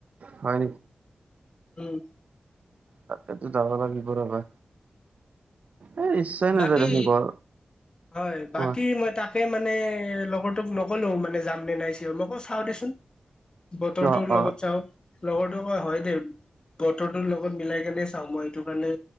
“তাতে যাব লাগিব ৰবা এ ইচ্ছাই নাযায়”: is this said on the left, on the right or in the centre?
Right